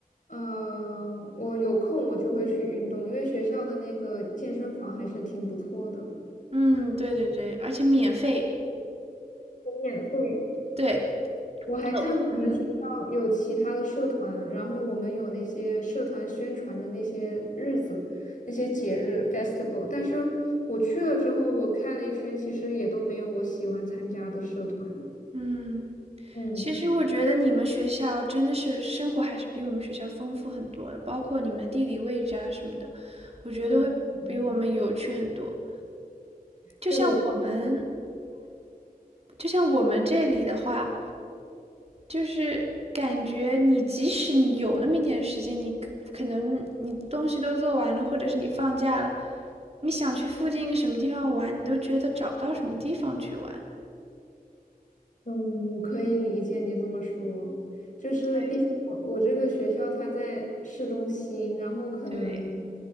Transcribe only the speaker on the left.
呃，我有空我就会去运动，因为学校的那个健身房还是挺不错的，
免费。
我还看过我们学校有其他的社团，
然后我们有那些社团宣传的那些日子、那些节日 festival，但是我去了之后，我看了一圈，其实也都没有我喜欢参加的社团。
嗯
嗯，嗯
这个
嗯，我可以理解你这么说，就是毕竟我我这个学校它在市中心，
然后可能